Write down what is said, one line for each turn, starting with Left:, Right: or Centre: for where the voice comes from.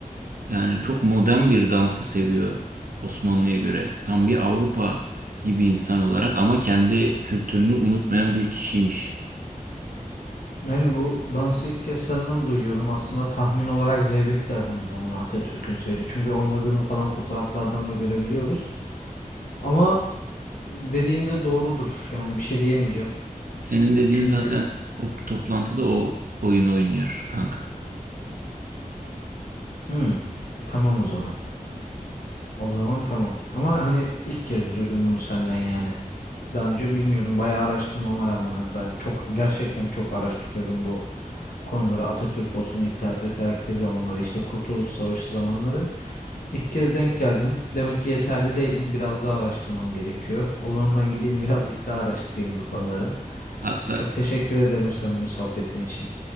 Right: Yani çok modern bir dansı seviyor Osmanlı'ya göre. Tam bir Avrupa gibi insan olarak ama kendi kültürünü unutmayan bir kişiymiş.
Left: Yani bu dansı ilk kez senden duyuyorum. Aslında tahmin olarak Zeybek derdim ben buna Atatürk'ün sevdiği. Çünkü oynadığını falan fotoğraflardan da görebiliyoruz. Ama dediğin de doğrudur. Yani bir şey diyemeyeceğim.
Right: Senin dediğin
Left: Çünkü
Right: zaten o toplantıda o oyunu oynuyor kanka.
Left: Hmm, tamam o zaman. O zaman tamam. Ama hani ilk kez duydum bunu senden yani. Daha önce bilmiyordum. Bayağı araştırmama rağmen hatta çok gerçekten çok araştırıyorum bu konuları. Atatürk olsun, İttihat ve Terakki zamanları, işte Kurtuluş Savaşı zamanları. İlk kez denk geldim. Demek ki yeterli değilim. Biraz daha araştırmam gerekiyor. O zaman ben gideyim <laughs> birazcık daha araştırayım bu konuları.
Right: Hatta
Left: Çok teşekkür ederim samimi sohbetin için.